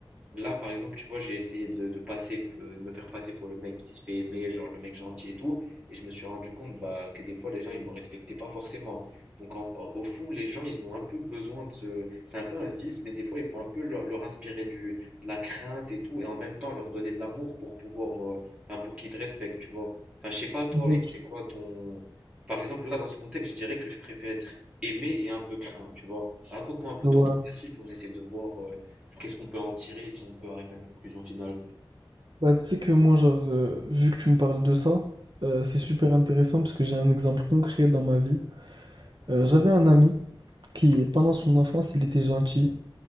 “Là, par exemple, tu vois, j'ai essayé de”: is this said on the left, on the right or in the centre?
Right